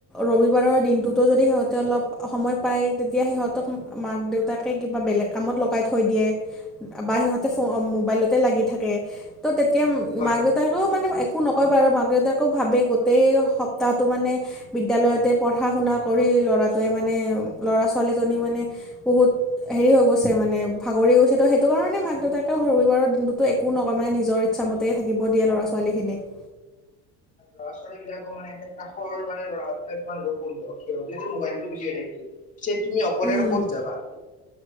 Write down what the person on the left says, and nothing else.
হয়
ল'ৰা ছোৱালী বিলাকো মানে কাষৰ মানে লৰাবিলাক তোমাৰ ৰুম <unintelligible> বন্ধ সিহতেটো মোবাইলটো, বুজিয় থাকিল তুমি অকলে
আৰু ক'ত যাবা, <unintelligible>